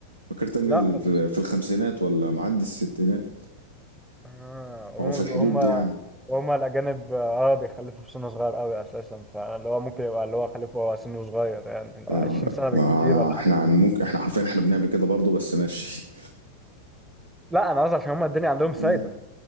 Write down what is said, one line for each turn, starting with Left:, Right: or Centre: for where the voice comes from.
Right: ما كيرت انجل
Centre: لا بس
Right: في الخمسينات ولا معدي الستينات
Centre: اه وهم
Right: هو في الحدود
Centre: هم
Right: دي يعني
Centre: هم الاجانب اه بيخلفوا في سن صغير قوي اساسا فاللي هو ممكن يبقى اللي هو خلفه وهو سنه صغير يعني اللي
Right: آه،
Centre: هو 20 سنه بالكتير
Right: ما
Centre: ولا
Right: احنا
Centre: حاجه
Right: عن ممكن احنا عارفين احنا بنعمل كده برضه بس ماشي
Centre: لا انا قصدي عشان هم الدنيا عندهم سايبه
Right: اه